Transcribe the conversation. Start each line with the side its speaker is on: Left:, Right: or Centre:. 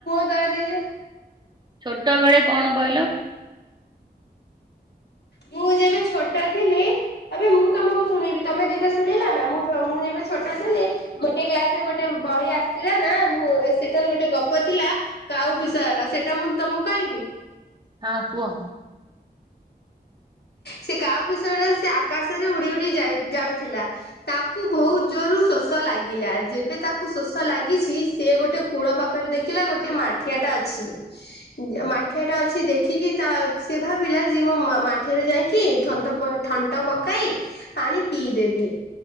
Left: <unintelligible>
Right: ଛୋଟବେଳେ କଣ କହିଲ?
Left: ମୁଁ ଯେବେ ଛୋଟ ଥିଲି। ଏବେ ମୁଁ ତମକୁ ଶୁଣେଇବି। ତମେ ଦିଟା ଶୁଣେଇଲନା ମୁଁ ମୁଁ ଯେବେ ଛୋଟ ଥିଲି ଗୋଟେ କ୍ଲାସ ରେ ଗୋଟେ ବହି ଆସିଥିଲା ନାଁ ସେଠାରେ ଗୋଟେ ଗପ ଥିଲା କାଉ ବିଷୟର ସେଇଟା ମୁଁ ତମକୁ କହିବି?
Right: ହଁ କୁହ।
Left: ସେ କାଉ ବିିଶୟରେ ସେ ଆକାଶରେ ଉଡି ଉଡି ଯାଏ ଯାଉଥିଲା। ତାକୁ ବହୁତ ଜୋରୁ ଶୋ ଷ ଲାଗିଲା। ଯେବେ ତାକୁ ଶୋଷ ଲାଗିଛି ସେି ଗୋଟେ କୂଳ ପାଖରେ ଦେଖିଲା ଗୋଟେ ମାଠ ଠିଆ ଟା ଅଛି। ମାଠିଆ ଟା ଅଛି ଦେଖିକି ତା ସେ ଭାବିଲା ଯିଏ ମୁଁ ମାଠିଆରେ ଯାଇ କି ଥଣ୍ଟ ପ ଥଣ୍ଟ ପକାଇ ପାଣି ପିଇଦେବି।